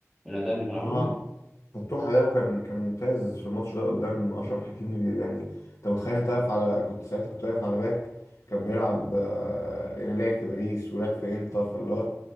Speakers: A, in the centre; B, on the left.
A: الأداء اللي كان عامله؟
B: اه فتوح ده كان كان ممتاز في الماتش ده قدام اشرف حكيمي يعني انت متخيل انت واقف على كنت ساعتها كنت واقف على باك كان بيلعب آه، يعني لعب في باريس ولعب في انتر فاللي هو